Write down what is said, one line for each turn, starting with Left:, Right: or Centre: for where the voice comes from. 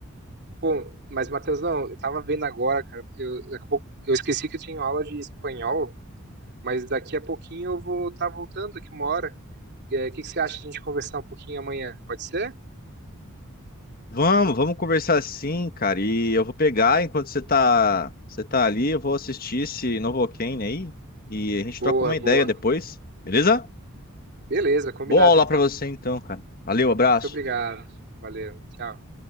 Right: Bom, mas Matheus, não, eu tava vendo agora, cara, eu, daqui a pouco, eu esqueci que eu tinha aula de espanhol, mas daqui a pouquinho eu vou estar voltando aqui uma hora. É, O que que você acha de a gente conversar um pouquinho amanhã? Pode ser?
Left: Vamos, vamos conversar sim, cara. E eu vou pegar enquanto você tá, você tá ali, eu vou assistir esse Novocaine aí e a gente
Right: Boa,
Left: troca uma ideia
Right: boa.
Left: depois, beleza?
Right: Beleza, combinado
Left: Boa aula
Right: então.
Left: pra você então, cara. Valeu, abraço.
Right: Muito obrigado. Valeu. Tchau.